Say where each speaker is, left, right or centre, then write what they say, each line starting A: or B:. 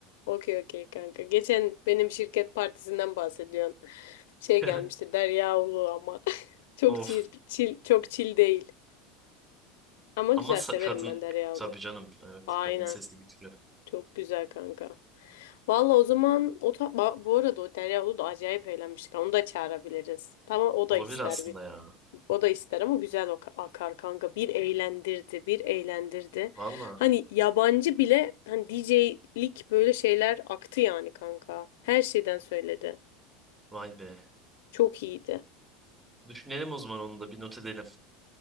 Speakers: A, on the left; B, on the right.
A: Okey okey kanka. Geçen benim şirket partisinden bahsediyorsun. Şey
B: <laughs>
A: gelmişti Derya Ulu ama. <laughs> Çok
B: Of.
A: çil, çil, çok çil değil. Ama
B: Ama
A: güzel
B: sa-
A: severim
B: kadın
A: ben Derya
B: tabii
A: Ulu.
B: canım evet
A: Aynen.
B: kadın sesi güçlü.
A: Çok güzel kanka. Valla o zaman o ta- Ba- bu arada o Derya Ulu da acayip eğlenmiştik. Onu da çağırabiliriz. Tamam o
B: Olabilir
A: da ister
B: aslında ya.
A: O da ister ama güzel o ka- akar kanka. Bir eğlendirdi, bir eğlendirdi.
B: Valla.
A: Hani yabancı bile hani DJ'lik böyle şeyler aktı yani kanka. Her şeyden söyledi.
B: Vay be.
A: Çok iyiydi.
B: Düşünelim o zaman onu da bir not edelim.